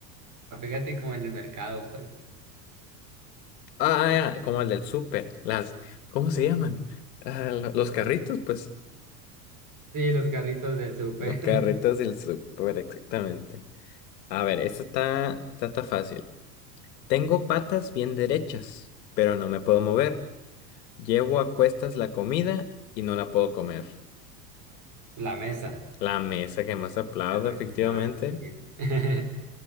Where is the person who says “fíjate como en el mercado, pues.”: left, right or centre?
Right